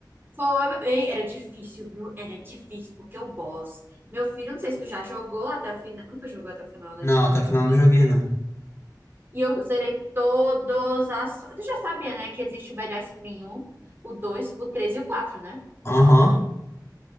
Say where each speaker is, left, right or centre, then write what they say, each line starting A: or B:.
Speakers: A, on the right; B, on the left.
A: Foi. Ei, era difícil, viu? Era difícil, porque o boss. Meu filho, não sei se tu já jogou até o final. Nunca jogou até o final, né?
B: Não, até o final eu não joguei, não.
A: E eu zerei todos as. Tu já sabia, né? Que existe o Bad Ice Cream 1, o 2 o 3 e o quatro né?
B: Aham.